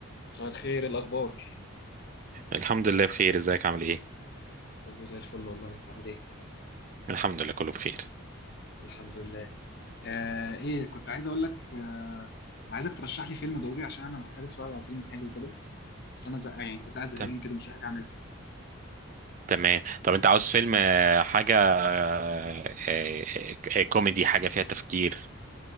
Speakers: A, on the left; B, on the right.
A: مساء الخير إيه الاخبار
B: الحمد لله بخير ازيك عامل ايه
A: كله زي الفل والله انت عامل ايه
B: الحمد لله كله بخير
A: الحمد لله آه ايه كنت عايز اقول لك آه عايزك ترشح لي فيلم ضروري عشان انا محتاج اتفرج على فيلم حلو كده بس انا زهقان يعني كنت قاعد زهقان
B: تم-
A: كده مش لاقي حاجه اعملها
B: تمام طب انت عاوز فيلم آه، حاجة آه، آه، آه، كوميدي حاجة فيها تفكير